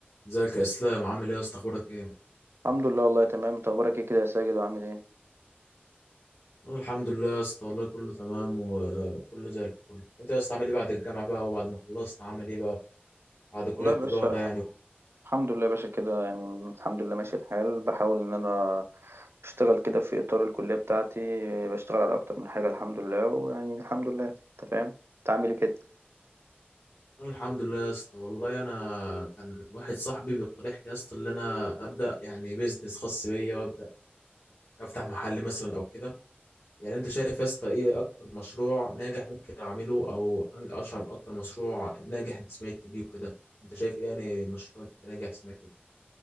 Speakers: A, on the left (about 70°); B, on the right (about 85°).
A: ازيك يا اسلام عامل ايه يا اسطى اخبارك ايه
B: الحمد لله والله تمام انت اخبارك ايه كده يا ساجد وعامل ايه
A: أنا الحمد لله يا اسطى والله كله تمام وكله زي الفل انت يا اسطى عامل ايه بعد الجامعه بقى وبعد ما خلصت عامل ايه بقى بعد كليه
B: والله
A: التجاره
B: يا باشا
A: يعني
B: الحمد لله يا باشا كده يعني الحمد لله ماشي الحال بحاول ان انا اشتغل كده في اطار الكليه بتاعتي بشتغل على اكتر من حاجه الحمد لله ويعني الحمد لله انت فاهم انت عامل ايه كده
A: انا الحمد لله يا اسطى والله انا كان واحد صاحبي بيقترح لي يا اسطى ان انا ابدا يعني بيزنس خاص بيا وابدا افتح محل مثلا او كده يعني انت شايف يا اسطى ايه اكتر مشروع ناجح ممكن اعمله او أنج- اشرح اكتر مشروع ناجح انت سمعت بيه وكده انت شايف ايه يعني مشروع انت ناجح سمعته